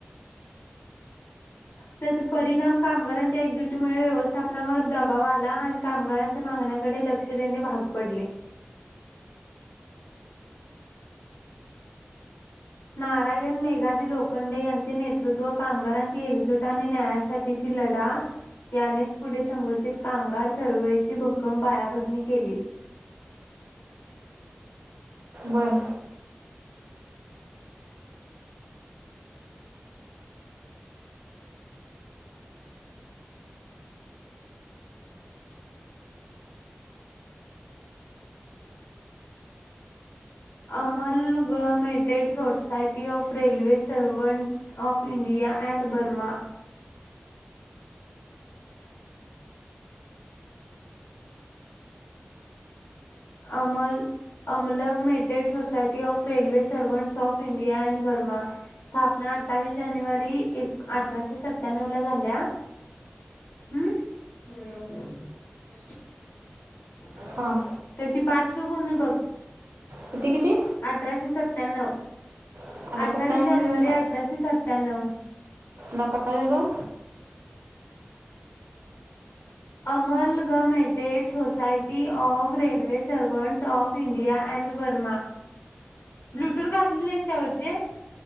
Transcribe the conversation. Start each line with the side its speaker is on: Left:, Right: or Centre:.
Left: त्याचा परिणाम कामगारांच्या एकजुटीमुळे व्यवस्थापनावर दबाव आला आणि कामगारांच्या मागण्याकडे लक्ष देणे भाग पडले. नारायण मेघाजी लोखंडे यांचे नेतृत्व कामगारांची एकजूट आणि न्यायासाठी तिची लढा यानेच पुढे संघटित कामगार चळवळीची भक्कम पायाभरणी केली.
Right: बर
Left: amalgamated society of railway servants of India and Burma अमर amalgamated society of railway servants of India and Burma स्थापना अठ्ठावीस जानेवारी एक अठराशे सत्त्याण्णव ला झाल्या. हम्म <inaudible>
Right: हां
Left: त्याची पार्श्वभूमी बघ-
Right: किती किती
Left: अठराशे सत्त्याण्णव
Right: अठरा
Left: अठ्ठावीस
Right: सत्तावन्न
Left: जानेवारी अठराशे सत्त्याण्णव
Right: नकाय झालं
Left: amalgamated society of railway servants of India and Burma Bluetooth घातली नाहीस का वरचे